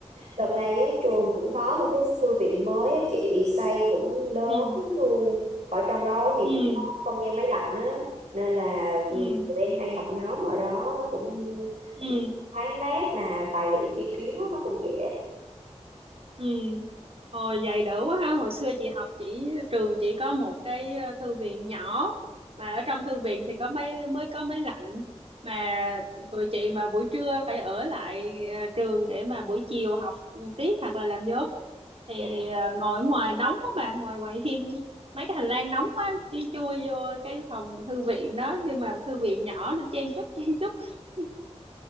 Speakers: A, on the right (about 75°); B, on the right (about 55°).
A: đợt này á, trường cũng có một cái thư viện mới á, chị xây cũng lớn
B: ừ
A: luôn. Ở trong đó thì
B: ừ
A: cũng có không gian máy lạnh á, nên là
B: ừ
A: tụi em hay học nhóm ở đó, nó cũng
B: ừ
A: cũng thoáng mát mà tài liệu thi ký nó nó cũng dễ.
B: Ừ. Hồi vậy đỡ quá ha. Hồi xưa chị học chỉ trường chỉ có một cái ờ, thư viện nhỏ mà ở trong thư viện thì có mấy mới có máy lạnh mà tụi chị mà buổi trưa phải ở lại ờ, trường để mà buổi chiều học tiếp hoặc là làm nhóm thì
A: Ừ.
B: ờ, ngồi ở ngoài nóng quá mà ngoài ngoài hiên mấy cái hành lang nóng quá đi chui vô cái phòng thư viện đó nhưng mà thư viện nhỏ nên chen chúc chen chúc <laughs>